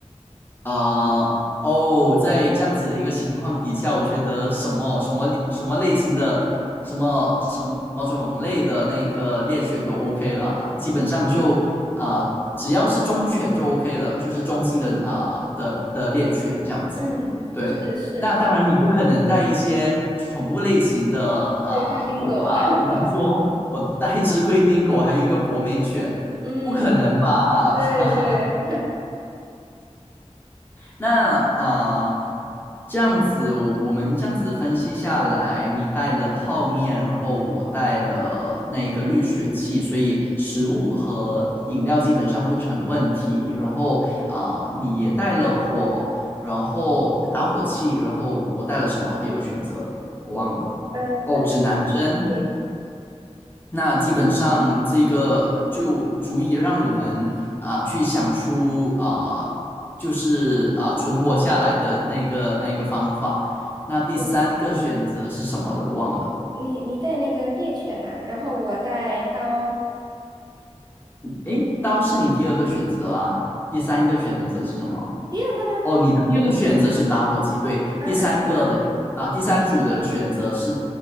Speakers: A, on the left (about 15°); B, on the right (about 35°).
A: 啊、哦，在这样子的一个情况底下，我觉得什么什么类什么类型的、什么什么种类的那个猎犬都 OK 了，基本上就啊、只要是忠犬就 OK 了，就是中心的啊、
B: 嗯
A: 的的猎犬这样子。
B: 嗯，
A: 对，
B: 是是，
A: 那当然你不可能带一些宠物类型的啊、
B: 对，贵宾狗。
A: 狗吧，
B: <laughs>
A: 比方说我带一只贵宾狗，
B: 啊。
A: 还有一个博美犬，
B: 嗯，
A: 不可能吧？
B: 对对，
A: <laughs> 那啊，这样子我我们这样子分析下来，你带了泡面，然后我带了那个滤水器，所以食物和饮料基本上不成问题。然后啊、呃你也带了火，然后打火器，然后我带了什么？第二个选择我忘了。
B: 呃，
A: 哦，指南针。
B: 你对
A: 那基本上这个就足以让我们啊、去想出啊、就是啊、存活下来的那个那个方法。那第三个选择是什么的？
B: 对，
A: 我忘了。
B: 你你带那个猎犬呢、然后我带刀。
A: 诶，刀是你第二个选择啊，第三个选择是什么？
B: 第二个啦，
A: 哦，你的第二个选择是打火机，对，
B: 嗯嗯，
A: 第三个的啊、第三组的选择是